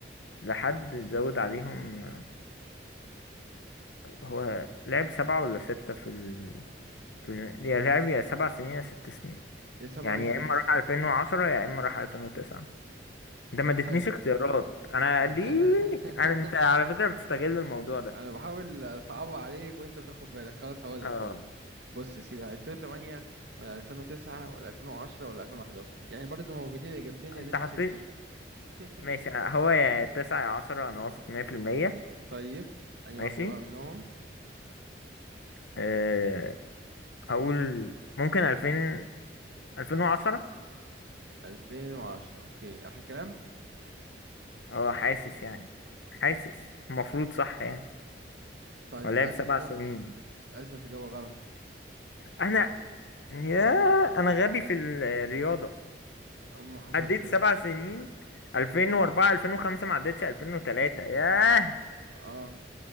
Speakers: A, on the left; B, on the right.
A: لحد زود عليهم آه، هو لعب سبعة ولا ستة في ال... في ال... يا لعب يا سبع سنين يا ست سنين
B: يا سبعة
A: يعني
B: يا ست
A: يا إما راح 2010 يا إما راح 2009 ده ما ادتنيش
B: حلو
A: اختيارات أنا
B: <laughs>
A: ليه أنا أنت على فكرة بتستغل الموضوع ده
B: انا بحاول اصعبها عليك وانت بتاخد بالك خلاص هقول
A: اه
B: لك هقول لك بص يا سيدي 2008 ولا 2009 ولا 2010 ولا 2011 يعني برضو موجودين الاجابتين اللي
A: أنت
B: انت
A: حطيت
B: شاك فيهم <laughs>
A: ماشي هو يا تسعة يا عشرة أنا واثق مية في المية
B: طيب انهي
A: ماشي
B: واحده بقى منهم
A: أه هقول ممكن ألفين ألفين وعشرة
B: 2010 اوكي اخر كلام
A: اه حاسس يعني حاسس المفروض صح يعني
B: طيب
A: ولا
B: للاسف
A: هي بسبع سنين
B: للاسف اجابه غلط
A: أنا يا أنا غبي في الرياضة
B: اما حصل
A: عديت
B: كده
A: سبع سنين ألفين وأربعة ألفين وخمسة ما عدتش ألفين وتلاتة ياه
B: اه